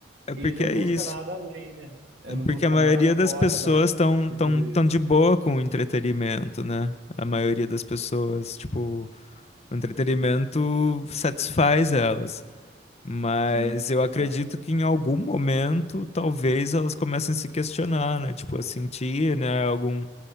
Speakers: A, on the left; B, on the right.
A: é porque
B: e não
A: é
B: busca
A: isso.
B: nada além, né? É,
A: É
B: não
A: porque
B: busca
A: a maioria
B: nada
A: das
B: fora
A: pessoas
B: da,
A: estão
B: de
A: tão,
B: tudo
A: tão
B: isso,
A: de boa com o entretenimento, né? A maioria das pessoas, tipo, o entretenimento satisfaz elas. Mas
B: sim.
A: eu acredito
B: É.
A: que em algum momento, talvez elas comecem a se questionar, né? Tipo, a sentir, né? Algum.